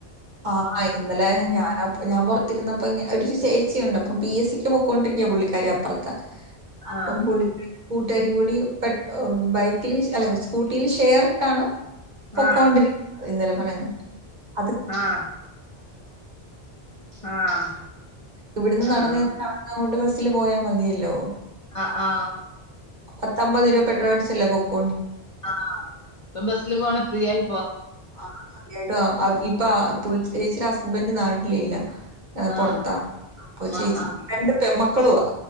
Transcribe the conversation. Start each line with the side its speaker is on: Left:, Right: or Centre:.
Right: ആ ഇന്നലെ ഞാനാ ഞാൻ പുറത്തിരുന്ന അപ്പം ഒരു ചേച്ചിയുണ്ട് അപ്പം പി എസ് സിക്ക് പോകേണ്ടരിക്കപുള്ളിക്കാരി അപ്പുറ ത്തെ അപ്പം
Left: ആഹ്
Right: പുള്ളിക്കാരി കൂട്ടുകാരും കൂടി പെ ബൈക്കിൽ അല്ല സ്കൂട്ടിയിൽ ഷെയറിട്ടാണ് പൊക്കോണ്ടിരിക്ക
Left: ആഹ്
Right: ഇന്നലെ പറയാഞ്ഞെ <unintelligible>
Left: ആഹ് ആഹ്
Right: ഇവിടുന്ന് നടന്ന്
Left: ആഹ്
Right: ചെന്നിട്ട് അവിട്ന്നങ്ങോട്ട്‌ ബസിന് സിൽ പോയാൽ മതിയല്ലോ
Left: ആ ആ
Right: പത്തമ്പത് രൂപ പെട്രോൾഅടിച്ചല്ലേ പൊക്കോ
Left: ആ ഇപ്പം ബസില് പോണാ ഫ്രീയായി
Right: ആ സത്യായിട്ടും ആ ഇപ് പ്പാ പുള്ച് ഏച്ചിയുടെ ഹസ്ബൻഡ് നാട്ടിലില്ല ഏ
Left: ആഹ്
Right: പൊറത്താണ് അപ്പൊ ചേച്ചി
Left: ആഹ് ആഹ്
Right: രണ്ട് പെൺമ ക്കളുവാ